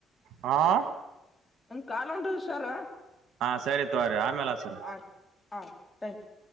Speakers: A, on the right; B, on the left.
A: ಹಾ
B: ಒಂದು ಕಾಲ್ ಹೋಟದ್ರಿ ಸರ.
A: ಹಾ ಸರಿ ತೋರಿ ಆಮೇಲೆ ಹಚ್ಚರಿ.
B: ಅ ಹ ಥಾಂಕ್ ಯು.